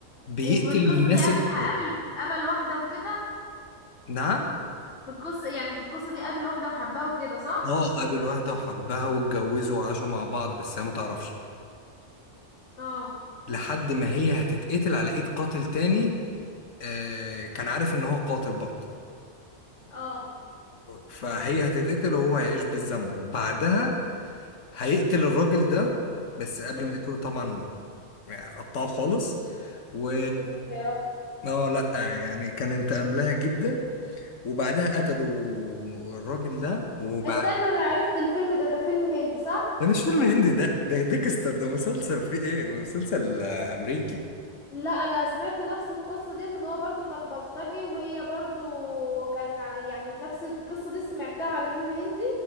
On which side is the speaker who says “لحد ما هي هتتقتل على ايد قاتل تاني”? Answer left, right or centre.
Left